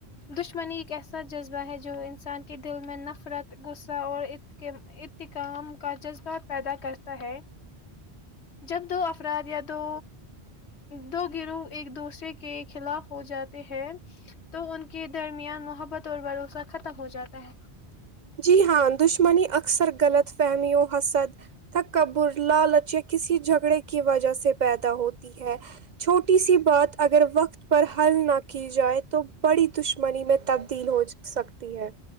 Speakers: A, on the left (about 80°); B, on the right (about 55°).
A: دشمنی ایک ایسا جذبہ ہے جو انسان کے دل میں نفرت غصہ اور اتکام کا جذبہ پیدا کرتا ہے جب دو افراد یا دو دو گروہ ایک دوسریے کے خلاف ہو جاتے ہیں تو ان کے درمیان محبت اور بھروسہ ختم ہو جاتا ہے
B: جی ہاں دشمنی اکثر غلط فہمیوں حسد تھکبر لالچ کسی جھگڑے کی وجہ سے پیدا ہوتی ہے چھوٹی سی بات اگر وقت پر حل نہ کی جائے تو بڑی دشمنی میں تبدیل ہو سکتی ہے